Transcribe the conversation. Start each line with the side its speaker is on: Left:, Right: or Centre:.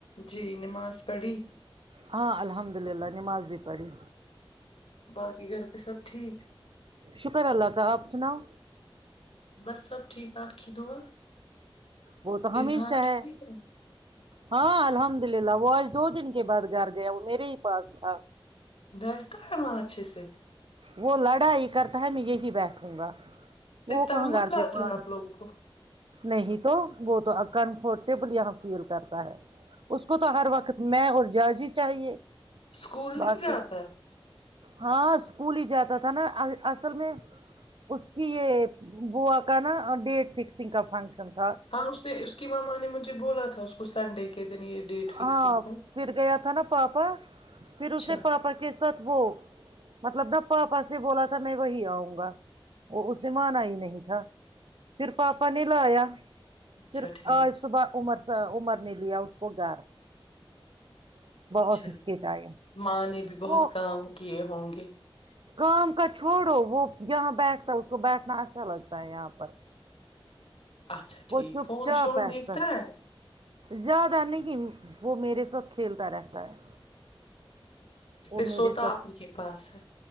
Left: جی نماز پڑھی
Right: ہاں الحمد للہ نماز بھی پڑھی
Left: باقی گھر پہ سب ٹھیک
Right: شکر اللہ کا آپ سناؤ
Left: بس سب ٹھیک آپ کی دعا
Right: وہ تو ہمیشہ
Left: اذہان ٹھیک
Right: ہے ہاں الحمد للہ وہ آج دو دن کے بعد گھر گیا وہ میرے ہی پاس تھا
Left: بیٹھتا ہے وہاں اچھے سے
Right: وہ لڑای کرتا ہے میں یہی بیٹھوں گا
Left: پھر
Right: وہ
Left: تنگ
Right: کہاں
Left: مت
Right: گھر
Left: لاتا
Right: پہ مان
Left: ہے آپ لوگوں کو
Right: نہیں تو وہ تو ا کمفرٹیبل یہاں فیل کرتا ہے اس
Left: اچھا
Right: کو تو ہر
Left: ٹھیک
Right: وقت میں اور جرج ہی ہی چاہیے
Left: اسکول
Right: باقی
Left: نہیں جاتا ہے
Right: ہاں اسکول ہی جاتا تھا نہ اصل میں اس کی یہ بوا کا نہ ڈیٹ فکسنگ کا فنکشن تھا
Left: ہاں اس نے اس کی ماما نے مجھے بولا تھا تھا اس کو سنڈے کے دن یہ ڈیٹ فکسنگ
Right: ہاں
Left: ہے
Right: پھر گیا تھا نا پاپا پھر
Left: اچھا
Right: اس نے پاپا کے ساتھ وہ مطلب نہ پاپا سے بولا تھا میں وہی آؤں گا وہ اسے مانا ہی نہیں تھا پھر پاپا نے لایا
Left: اچھا
Right: پھر
Left: ٹھیک
Right: آج صبح عمر سے عمر ن لی اٹ ب گار
Left: اچھا
Right: آفس کے ٹائم
Left: ماں نے بھی بہت
Right: وہ
Left: کام کیے ہوں گے <unintelligible>
Right: کام کا چھوڑو وہ یہاں بیٹھتا ہے اس کو بیٹھنا اچھا لگتا ہے یہاں پر
Left: اچھا
Right: وہ
Left: ٹھیک
Right: چپ
Left: فون
Right: چاپ
Left: شون
Right: بیھتا
Left: دیکھتا ہے
Right: زیادہ نہیں وہ میرے ساتھ کھیلتا رہتا ہے وہ
Left: پھر
Right: میرے
Left: سوتا
Right: ساتھ
Left: اپنی کے پاس ہے